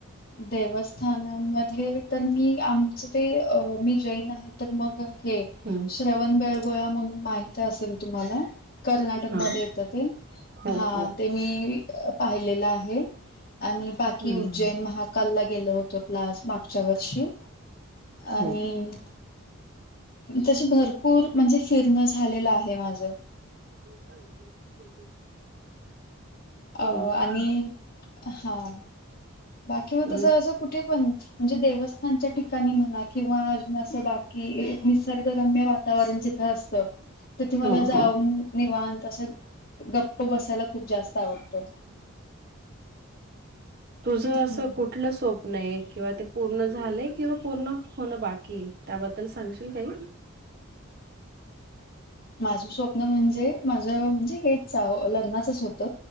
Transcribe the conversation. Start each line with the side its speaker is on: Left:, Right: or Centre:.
Left: देवस्थानामध्ये तर मी आमचं ते अ मी जैन आहे, तर मग हे,
Right: तर
Left: श्रवण बेळगोळा म्हणून माहि ती असेल तुम्हाला कर्नाटक
Right: हा
Left: मध्ये येतं ते!
Right: हो
Left: हा
Right: हो
Left: ते मी पाहिलेलं आहे, आणि बाकी
Right: हम्म
Left: उज्जैन महा कालला गेलो होतो क्लास मागच्या वर्षी आणि
Right: हो
Left: तस भरपूर म्हणजे फिरणं झालेलं आहे माझं.
Right: <unintelligible>
Left: अ
Right: ओके
Left: आणि हा बाकी
Right: हम्म,
Left: मग तसं असं कुठे पण. म्हणजे देवस्थानच्या ठिकाणी म्हणा किंवा अजून असं बाकी निसर्गरम्य वातावरण जिथं अस. <unintelligible> तिथे मला
Right: हो
Left: जाऊन
Right: हो
Left: निवत असं गप्प बसायला खूप जास्त आवडतो.
Right: तुझ अस
Left: हम्म.
Right: कुठ. कुठ स्वप्न आहे किंवा ते पूर्ण झालंय किंवा पूर्ण होण बाकी त्याबद्ल. त्याला सांगशील काय.
Left: माझं स्वप्न म्हणजे माझं म्हणजे हेच लग्नाचच होत.